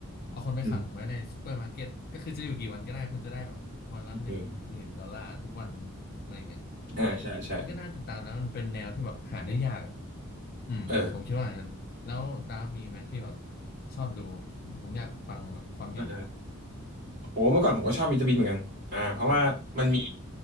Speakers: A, on the left; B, on the right.
A: เอาคนไปขังไว้ในซูเปอร์มาร์เก็ตก็คือจะอยู่กี่วันก็ได้คุณจะได้แบบวันละหนึ่งหมื่นดอลลาร์ทุกวันอะไรเงี้ยอืมมันก็น่าติดตามนะมันเป็นแนวที่แบบหาได้ยากอะ
B: อืมเอออ่าใช่ใช่
A: อืมผมคิดว่าอย่างนั้นแล้วดาฟมีไหมที่แบบ
B: เออ
A: ชอบดูผมอยากฟังแบบความเห็นอ่ะ
B: เออโหเมื่อก่อนผมก็ชอบมิสเตอร์บีนเหมือนกันอ่าเพราะว่ามันมี
A: อืม